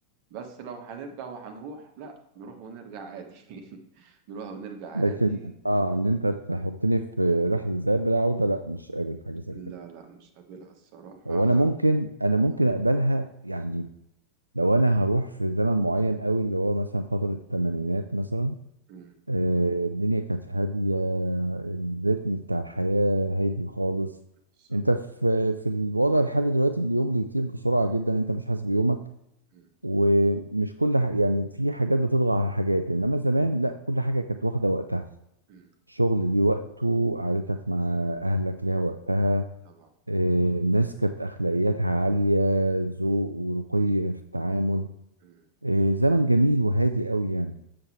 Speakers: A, on the right; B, on the right.
A: بس لو هنرجع وهنروح لا نروح ونرجع عادي <laughs> نروح ونرجع عادي
B: لكن اه ان انت تحطني في رحلة الذهاب بالعودة لا مش قابل حاجة زي
A: لا
B: كده
A: لا مش قابلها الصراحة
B: هو انا ممكن انا ممكن
A: آه،
B: اقبلها يعني لو انا هروح في زمن معين قوي اللي هو مثلا فترة الثمانينات مثلا
A: مم،
B: آه، الدنيا كانت هادية الريتم بتاع الحياة هادي خالص
A: بالظبط
B: انت في في الوضع الحالي دلوقتي اليوم بيطير بسرعة جدا انت مش حاسس بيومك
A: مم،
B: ومش كل ح... يعني في حاجات بتطغى على حاجات انما زمان لا كل حاجة كانت واخدة وقتها
A: مم،
B: الشغل ليه وقته قعدتك مع اهلك ليها وقتها
A: طبعا
B: آه، الناس كانت اخلاقياتها عالية ذوق ورقي في التعامل
A: مم،
B: إيه، زمن جميل وهادي قوي يعني